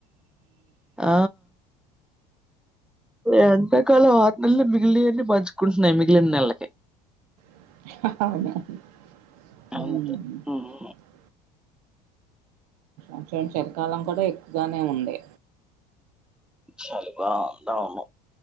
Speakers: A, in the centre; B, on the right.
A: ఆ ఎంతకాలం వత్తుంది మిగిలివన్నన్ని పంచుకుంటున్నాయి మిగిలిన నెలలకి
B: అహ
A: అంతే ఉమ్
B: ంచ చెలికాలం కూడ ఎక్కువగానే ఉండే
A: చలి బాగుందాము